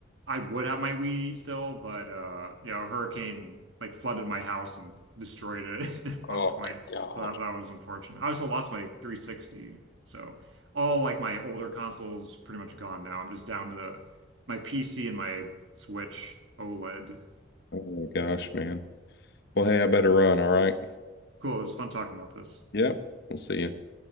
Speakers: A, on the right; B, on the left.
A: I would have my Wii still, but uh yeah, a hurricane like flooded my house and destroyed it <laughs> at
B: Oh
A: one point.
B: my gosh.
A: So that that was unfortunate. I also lost my 360. So all like my older consoles pretty much gone now. I'm just down to my PC and my Switch OLED.
B: Oh my gosh, man. Well, hey, I better run, all right?
A: Cool, it was fun talking about this.
B: Yep. We'll see you.